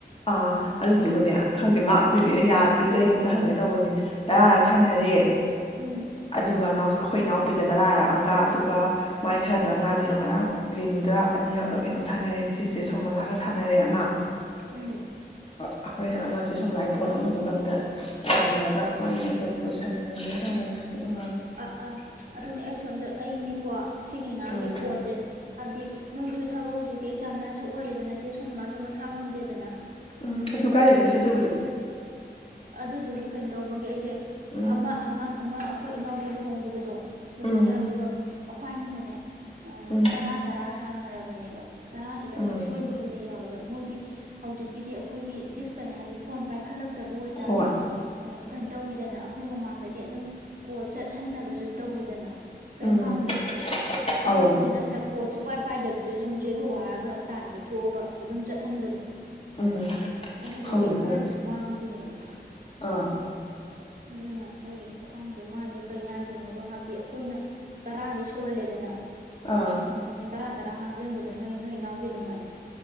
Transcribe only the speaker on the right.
ꯎꯝ
ꯎꯝ
ꯑꯥ ꯑꯥ ꯑꯗꯨꯅꯦ ꯑꯩ ꯁꯣꯝꯗ ꯑꯩꯅꯦꯀꯣ ꯁꯤꯒꯤ ꯉꯥꯥꯡꯒꯤ
ꯐꯣꯟꯁꯦ ꯍꯥꯏꯕꯗꯤ ꯅꯣꯏꯁꯨ ꯊꯕꯛ ꯍꯧꯖꯤ ꯍꯧꯖꯤꯛꯇꯤ ꯑꯦꯛꯖꯥ ꯃꯌꯥꯝꯁꯨ ꯑꯣꯏꯔꯦꯗꯅꯦ ꯑꯈꯣꯏ ꯃꯥꯃꯥ ꯁꯨ ꯃꯁꯥ ꯉꯝꯗꯦꯗꯅ
ꯑꯗꯨꯗꯨꯒꯤ
ꯑꯗꯨꯗꯨꯒꯤ ꯀꯩꯅꯣ ꯇꯧꯕꯒꯤ ꯑꯩꯁꯦ
ꯑꯃ ꯑꯉꯥꯡ ꯑꯃ ꯑꯩꯈꯣꯏ ꯏꯅꯥꯎꯄꯤ ꯂꯨ ꯍꯣꯡꯈꯤꯕꯗꯣ ꯂꯨꯍꯣꯡꯈꯤ
ꯍꯥꯏ ꯑꯗꯨꯒ ꯑꯩꯈ꯭ꯋꯥꯏꯅꯤꯅꯅꯦ
ꯇꯔꯥ ꯇꯔꯥ ꯁꯥꯟꯅꯔꯕꯅꯦꯕ ꯇꯔꯥꯁꯤꯗ ꯑꯩꯈꯣꯏ
ꯁꯣꯏꯕꯕꯨꯗꯤ ꯌꯥꯎꯏ ꯃꯣꯏꯗꯤ ꯍꯧꯖꯤꯛꯀꯤꯗꯤ ꯑꯩꯈꯣꯏ ꯍꯥꯏ ꯗꯤꯁ ꯀꯥꯅꯦꯛ ꯍꯥꯏꯗꯤ ꯐꯣꯟ ꯄꯥꯏꯈꯠꯂꯛ ꯇꯥꯗꯤ
ꯀꯩꯅꯣ ꯇꯧꯋꯤꯗꯅ ꯑꯩꯈꯣꯏ ꯃꯃꯥꯡꯗꯗꯤ ꯑꯗꯨꯝ ꯀꯣꯜ ꯆꯠꯍꯟꯗꯕꯁꯨ ꯇꯧꯋꯤꯗꯅ ꯀꯩ
ꯃꯥꯡꯗꯕꯗꯣ ꯃꯥꯡꯉꯁꯤꯅ
ꯍꯟꯗꯛ ꯀꯣꯜ ꯁꯨꯛꯄꯥꯏ ꯄꯥꯏꯗꯕꯁ ꯁꯨꯝ ꯖꯦꯔꯣ ꯍꯥꯏꯔꯒ ꯒ ꯇꯥꯏꯝꯗꯣ ꯊꯣꯛꯑꯒ ꯑꯗꯨꯝ ꯆꯠꯍꯟꯕꯗꯣ
ꯑꯗꯨꯗꯨꯒꯤ
ꯈꯔꯗꯤ
ꯃꯥꯡꯗꯣꯏꯅꯦꯕ
ꯑꯗꯨꯅ ꯑꯩ ꯈꯪ ꯃꯥꯏꯖꯦ ꯀꯩ ꯍꯥꯏꯗꯣꯏ ꯅꯣꯗꯣ ꯍꯥꯏꯗꯤ ꯑꯩꯈꯣꯏꯅ ꯇꯔꯥꯗꯤ ꯁꯨꯗꯦ ꯄꯣꯜꯂꯦꯗꯅ
ꯎꯝ ꯇꯔ ꯇꯔꯥ ꯉꯥꯡꯖꯟꯕꯗꯣ ꯅꯣꯏ ꯅꯣꯏ ꯏꯅꯥꯎꯒꯤ ꯑꯗꯨꯃꯥꯏꯅ